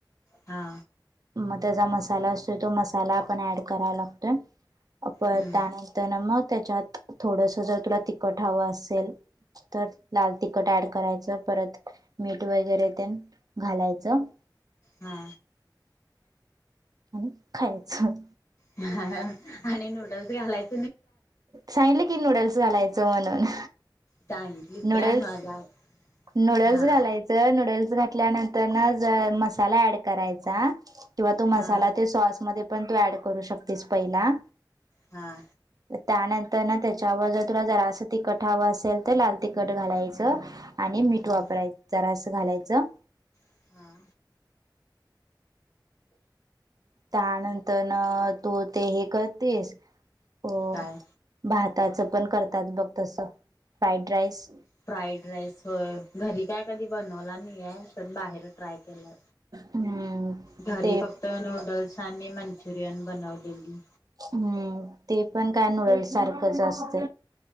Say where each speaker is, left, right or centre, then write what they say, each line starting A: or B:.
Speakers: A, on the left; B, on the right.
A: हा,
B: मग त्याचा मसाला असतोय, तो मसाला आपण ऍड कराय लागतोय. परत,
A: हम्म
B: त्यानंतर ना मग त्याच्यात थोडस जर तुला तिखट हवं असेल. तर लाल तिखट ऍड करायचं परत मीठ वगैरे ते घालायचं.
A: हा,
B: <unintelligible> आणि खायचं.
A: ह आणि नूडल्स घालायच.
B: सांगलं की नूडल्स घालायचं म्हणून,
A: सांगितली
B: नूडल्स
A: काय माझा
B: नूडल्स
A: हा
B: घालायचं नूडल्स, घातल्यानंतर मसाला ऍड करायचा किंवा तो मसाला
A: हा
B: ते सॉसमध्येण, तू ऍड करू शकतेस पहिला,
A: हा
B: त्यानंतर ना त्याच्यावर जर तुला जरा अस तिखट हवं असेल, तर लाल तिखट घालायचं आणि मीठ वापरायच
A: हा
B: रस घालायचं. <unintelligible>
A: हा
B: त्यानंतर ना तू ते हे करतेस, हो
A: काय
B: भाताचं पण करतात बघ तस, फ्राईड राईस
A: फ्राईड राईस होय घरी काय कधी बनवला नाहीय पण बाहेर ट्राय केला.
B: हम्म
A: घरी
B: ते
A: फक्त नूडल्स, आणि मंचुरियन बनवलेली
B: हम्म ते पण काय नूडल्स सारखंच असत.